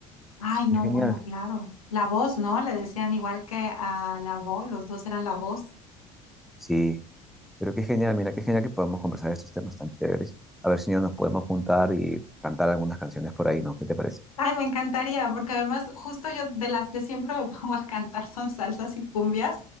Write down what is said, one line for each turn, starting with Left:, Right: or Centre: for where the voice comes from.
Left: Ay, no,
Centre: Qué genial.
Left: bueno, claro. La voz, ¿no? Le decían igual que a la voz, los dos eran la voz.
Centre: Sí, pero qué genial, mira, qué genial que podemos conversar de estos temas tan chéveres. A ver si ya nos podemos juntar y cantar algunas canciones por ahí, ¿no? ¿Qué te parece?
Left: Ay, me encantaría, porque además justo yo de las que siempre me <laughs> pongo a cantar son salsas y cumbias,